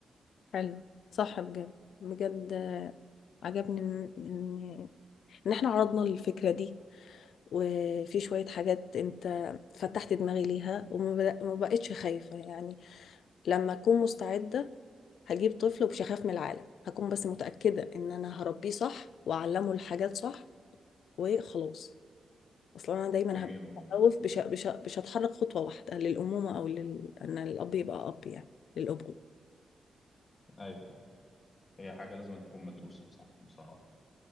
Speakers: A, on the left; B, on the left.
A: حلو صح بجد بجد آه، عجبني ان ان إن احنا عرضنا الفكرة دي وفي شوية حاجات انت فتحت دماغي ليها وما بد- ما بقتش خايفة يعني لما اكون مستعدة هجيب طفل ومش هخاف من العالم هكون بس متأكدة ان انا هربيه صح واعلمه الحاجات صح وخلاص اصلا انا دايما
B: جميل
A: هبقى
B: والله
A: متخوف مش مش مش هتحرك خطوة واحدة للأمومة او لل... ان الاب يبقى اب يعني للأبوة
B: أيوة أيوة هي حاجة لازم تكون مدروسة بصح بصراحة